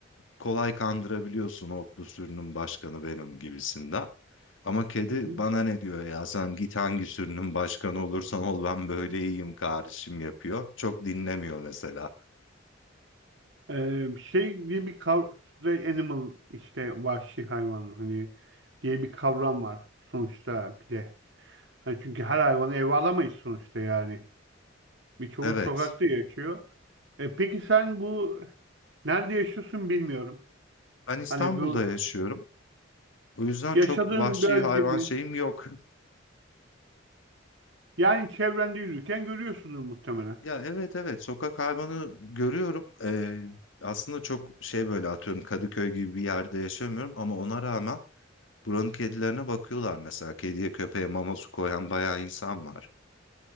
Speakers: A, on the left; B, on the right.
A: kolay kandırabiliyorsun o bu sürünün başkanı benim gibisinden. Ama kedi
B: Hı hı.
A: bana ne diyor ya sen git hangi sürünün başkanı olursan ol ben böyle iyiyim kardeşim yapıyor. Çok dinlemiyor mesela.
B: Ee, şey diye bir kavram, stray animal işte vahşi hayvan hani diye bir kavram var sonuçta bir de. Hani çünkü her hayvanı eve alamayız sonuçta yani. Birçoğu
A: Evet
B: sokakta yaşıyor. E, peki sen bu nerede yaşıyorsun bilmiyorum.
A: ben İstanbul'da
B: Hani bu
A: yaşıyorum. O yüzden
B: yaşadığın
A: çok vahşi
B: bölgenin
A: hayvan şeyim yok.
B: yani çevrende yürürken görüyorsundur muhtemelen.
A: Ya evet evet sokak hayvanı görüyorum. Ee, aslında çok şey böyle atıyorum Kadıköy gibi bir yerde yaşamıyorum ama ona rağmen buranın kedilerine bakıyorlar mesela. Kediye köpeğe mama su koyan bayağı insan var.